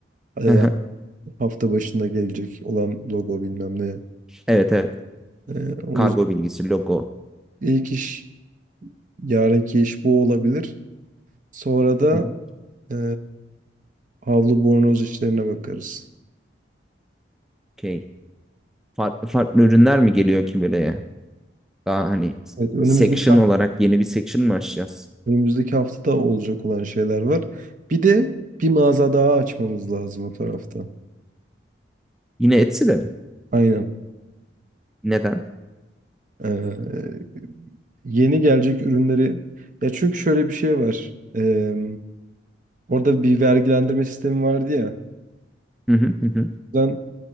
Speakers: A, on the right; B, in the centre.
A: e,
B: <laughs>
A: hafta başında gelecek olan logo bilmem ne.
B: Evet evet.
A: E, o
B: Kargo
A: yüzden
B: bilgisi, logo.
A: ilk iş yarınki iş bu olabilir. Sonra da
B: Hı hı.
A: e, Havlu bornoz işlerine bakarız.
B: Okey. Farklı farklı ürünler mi geliyor ki böyle? Daha hani
A: Evet, önümüzdeki
B: section olarak yeni bir section mı açacağız?
A: önümüzdeki haftada olacak olan şeyler var. Bir de bir mağaza daha açmamız lazım o tarafta.
B: Yine Etsy'de mi?
A: Aynen.
B: Neden?
A: Ee, yeni gelecek ürünleri ya çünkü şöyle bir şey var. Ee, orada bir vergilendirme sistemi vardı ya.
B: Hı hı hı. hı.
A: Ben